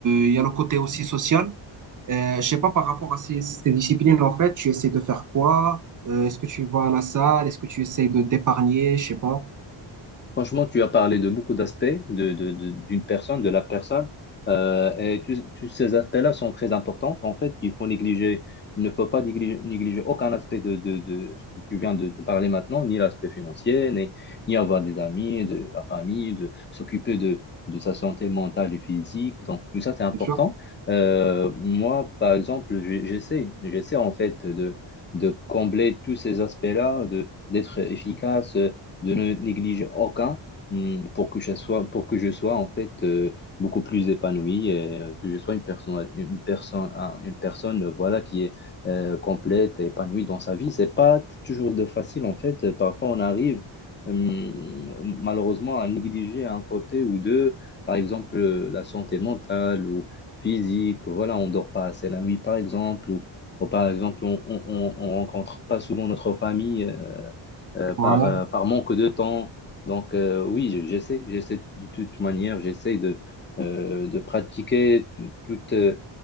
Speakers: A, on the right; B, on the left.
A: il y a le côté aussi social. Euh, je sais pas par rapport à ces, ces disciplines, en fait, tu essaies de faire quoi? Euh, est-ce que tu vas à la salle? Est-ce que tu essaies de d'épargner? Je sais pas.
B: Franchement, tu as parlé de beaucoup d'aspects de, de- de- d'une personne, de la personne, euh, et tous tous ces aspects-là sont très importants. En fait, il faut négliger, il ne faut pas négliger, négliger aucun aspect de, de, de ce que tu viens de, de parler maintenant, ni l'aspect financier, ni, ni avoir des amis, de la famille, de s'occuper de, de sa santé mentale et physique. Donc, tout ça, c'est important.
A: Bien sûr.
B: Euh, moi, par exemple, j'ai- j'essaie, j'essaie en fait de, de combler tous ces aspects-là, de, d'être efficace de ne négliger aucun hum, pour que je sois, pour que je sois en fait euh, beaucoup plus épanoui et euh, que je sois une personne, une personne, un- une personne euh, voilà, qui est euh, complète et épanouie dans sa vie. C'est pas t- toujours de facile en fait. Euh, Parfois, on arrive hum, malheureusement à négliger un côté ou deux, par exemple euh, la santé mentale ou physique. Voilà, on dort pas assez la nuit, par exemple, ou, ou par exemple, on, on, rencontre pas souvent notre famille. euh, euh, par,
A: Ouais,
B: euh, par manque de temps. Donc, euh, oui, je- j'essaie, j'essaie de toute manière, j'essaie de, euh, de pratiquer tout- toutes, euh,